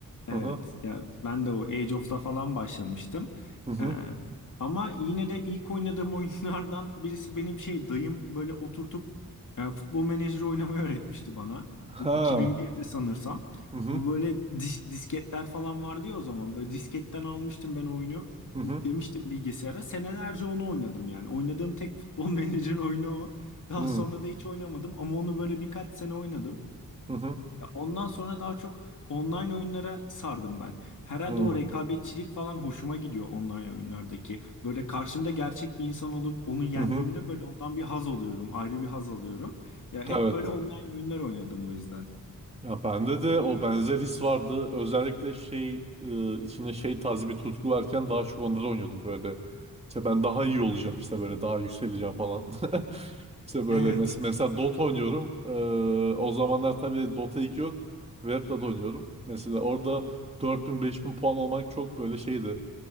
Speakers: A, on the left; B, on the right.
A: Evet.
B: Hı hı.
A: Ya ben de o Age of'la falan başlamıştım.
B: Hı hı.
A: Ee, ama yine de ilk oynadığım <laughs> oyunlardan birisi benim şey dayım böyle oturtup e, futbol menajeri oynamayı öğretmişti bana.
B: Ha.
A: Bu 2001'de sanırsam.
B: Hı hı
A: Bu böyle dis- disketler falan vardı ya o zaman. Böyle disketten almıştım ben oyunu.
B: hı hı
A: Yüklemiştim bilgisayara. Senelerce onu oynadım yani. Oynadığım tek futbol <laughs> menajeri oyunu o. Daha
B: hı
A: sonra da hiç oynamadım ama onu böyle birkaç sene oynadım.
B: hı
A: Ya ondan sonra daha çok online oyunlara sardım ben. Herhalde
B: hı hı
A: o rekabetçilik falan hoşuma gidiyor online oyunlardaki. Böyle karşımda gerçek bir insan olup onu yendiğimde
B: hı hı.
A: böyle ondan bir haz alıyorum. Ayrı bir haz alıyorum. Ya hep
B: Evet.
A: böyle online oyunlar oynadım o yüzden.
B: Ya bende de o benzer his vardı. Özellikle şey e, içinde şey tarzı bir tutku varken daha çok onları oynuyordum böyle. İşte ben daha iyi olacağım işte böyle daha yükseleceğim falan. <laughs> İşte böyle
A: Evet.
B: mes- mesela Dota oynuyorum. E, o zamanlar tabii Dota 2 yok. Web'de de oynuyorum. Mesela orada dört bin beş bin puan olmak çok böyle şeydi.